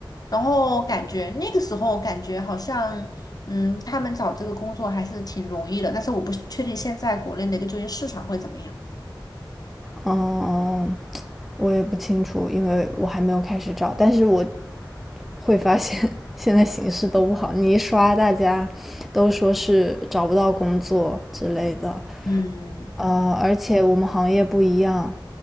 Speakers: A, on the left; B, in the centre.
A: 然后感觉那个时候感觉好像，嗯，他们找这个工作还是挺容易的，但是我不确定现在国内的一个就业市场会怎么样。
B: 哦，我也不清楚，因为我还没有开始找。但是我会发现 <laughs> 现在形势都不好，你一刷大家都说是找不到工作之类的。
A: 嗯
B: 呃，而且我们行业不一样，